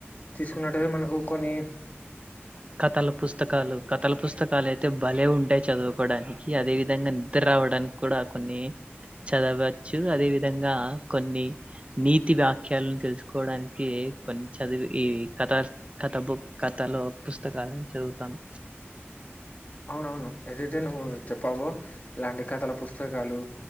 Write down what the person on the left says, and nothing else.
తీసుకున్నట్టుగా మనకు కొన్ని
అవునవును ఏదైతే నువ్వు చెప్పావో ఇలాంటి కథల పుస్తకాలు